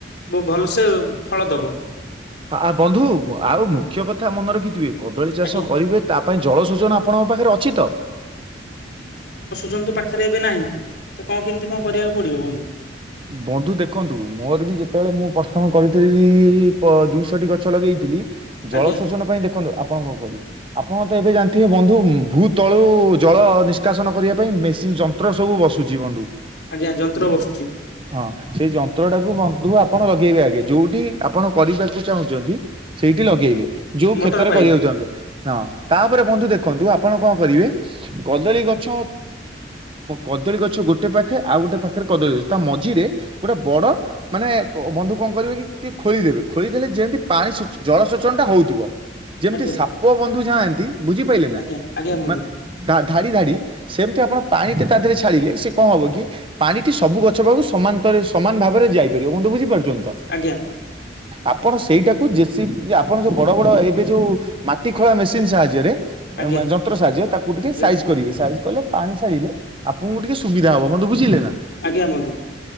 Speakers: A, on the left; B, on the right.
A: ଭଲସେ ଫଳ ଦବ।
B: ହ ବନ୍ଧୁ ଆଉ ମୁଖ୍ୟ କଥା ମନେ ରଖିଥିବେ କଦଳୀ ଚାଷ
A: ଆଜ୍ଞା
B: କରିବେ ତାପାଇଁ ଜଳସେଚନ ଆପଣଙ୍କ ପାଖରେ ଅଛି ତ?
A: ଶନ୍ତୁ ପାଖରେ ଏବେ ନାହିଁ ତ କଣ କେମିତି କଣ କରିବାକୁ ପଡିବ ବନ୍ଧୁ।
B: ବନ୍ଧୁ ଦେଖନ୍ତୁ ମୋର ବି ଯେତେବେଳେ ମୁଁ ପ୍ରଷ୍ଟମ କରିଥିଲି ଦୁଇଶଟି ଗଛ ଲଗେଇଥିଲି ଜଳସେଚନ
A: ଆଜ୍ଞା
B: ପାଇଁ ଦେଖନ୍ତୁ ଆପଣ କଣ କରିବେ ଅପ ଆପଣ ତ ଏବେ ଜାଣିଥିବେ ବନ୍ଧୁ ଭୂ ତଳୁ ଜଳ ନିଷ୍କାସନ କରିବା ପାଇଁ ମେସିନ୍ ଯନ୍ତ୍ର ସବୁ ବସୁଛି ବନ୍ଧୁ।
A: ଆଜ୍ଞା ଯନ୍ତ୍ର ବସୁଛି।
B: ହଁ ସେଇ ଯନ୍ତ୍ର ଟାକୁ ବନ୍ଧୁ ଆପଣ ଲଗେଇବେ ଆଗେ ଯୋଉଠି ଆପଣ କରିବାକୁ ଚାହୁଁଛନ୍ତି ସେଇଠି ଲଗେଇଲେ। ଯୋଉ
A: ମଟର
B: କ୍ଷେତରେ
A: ପାଇବି
B: କରିବାକୁ ଚାହୁଁଛ ହଁ ତାପରେ ବନ୍ଧୁ ଦେଖନ୍ତୁ ଆପଣ କଣ କରିବେ କଦଳୀ ଗଛ କଦଳୀ ଗଛ ଗୋଟେ ପାଖେ ଆଉ ଗୋଟେ ପାଖରେ କଦଳୀ ଗଛ ତା ମଝିରେ ଗୋଟେ ବଡ ମାନେ ବନ୍ଧୁ କଣ କରିବେ କି ଟିକେ ଖୋଳିଦେବେ ଖୋଳିଦେଲେ ଯେମିତି ପାଣି ପାଣି ଜଳସେଚନଟା ହେଉଥିବ। ଯେମିତି
A: ଆଜ୍ଞା
B: ସାପ ବନ୍ଧୁ ଯାହାନ୍ତି ବୁଝିପାରିଲେ ନା
A: ଆଜ୍ଞା ଆଜ୍ଞା ବନ୍ଧୁ
B: ମାନେ ଧାଡ଼ି ଧା ସେମିତି ଆପଣ ପାଣି ତା ଦେହରେ ଛାଡ଼ିଲେ ସେ କଣ ହବ କି ପାଣିଟି ସବୁ ଗଛ ଗଛ ପାକୁ ସମାନରେ ସମାନ ଭାବରେ ଯାଇପାରିବ ବନ୍ଧୁ ବୁଝି ପରୁଚନ୍ତି ତ।
A: ଆଜ୍ଞା
B: ଆପଣ ସେଇଟାକୁ ଜେଶି ଆପଣ ଯୋଉ ବଡ ବଡ ଏବେ ଯୋଉ ମାଟି ଖଳା ସାହାଯ୍ୟରେ
A: ଆଜ୍ଞା
B: ଯନ୍ତ ସାହାଯ୍ୟ ତାକୁ ଟିକେ
A: ଯନ୍ତ୍ର
B: ସାଇଜ କରିବେ ସାଇଜ କଲେ ପାଣି ଛଡ଼ିଲେ ଆପଣଙ୍କୁ ଟିକେ ସୁବିଧା ହବ ବନ୍ଧୁ ବୁଝିଲେ ନା।
A: ଆଜ୍ଞା ବନ୍ଧୁ।